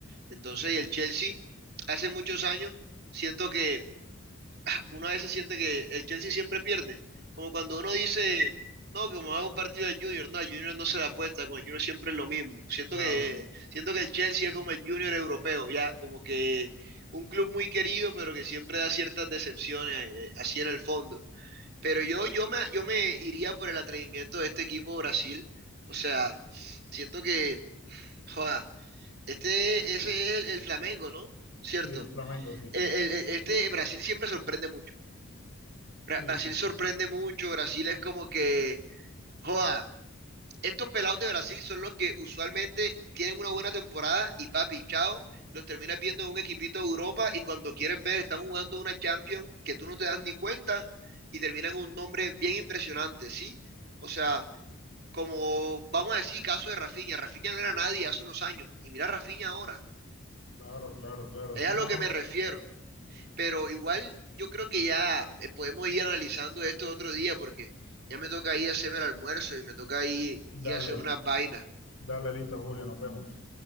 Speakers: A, on the right; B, on the left.
A: Entonces,
B: Ok,
A: y el Chelsea, hace muchos años, siento que <clears throat> ah, uno a veces siente que el Chelsea siempre pierde. Como cuando uno dice, no, que como hago un partido de Junior, no, el Junior no se da apuesta, con el Junior siempre es lo mismo. Siento
B: Claro.
A: que, siento que el Chelsea es como el Junior europeo, ya, como que un club muy querido, pero que siempre da ciertas decepciones, eh, así en el fondo. Pero yo, yo me, yo me iría por el atrevimiento de este equipo Brasil. O sea, siento que, joda, este, ese es el, el Flamengo, ¿no? ¿Cierto?
B: Sí, el Flamengo, sí.
A: El- el- el- este Brasil siempre sorprende mucho.
B: Sí,
A: Bra- Brasil
B: sí,
A: sorprende
B: sí.
A: mucho, Brasil es como que, joda, estos pelados de Brasil son los que usualmente tienen una buena temporada y papi, chao, los terminas viendo en un equipito de Europa y cuando quieres ver están jugando una Champions que tú no te das ni cuenta y terminan un nombre bien impresionante, ¿sí? O sea, como vamos a decir, caso de Rafinha, Rafinha no era nadie hace unos años y mira a Rafinha ahora,
B: Claro, claro, claro.
A: es
B: Si
A: a lo
B: no,
A: que me refiero, pero igual yo creo que ya eh, podemos ir analizando esto otro día porque ya me toca ir a hacerme el almuerzo y me toca ir,
B: dale,
A: ir a hacer unas vainas.
B: dale listo, Julio, nos vemos.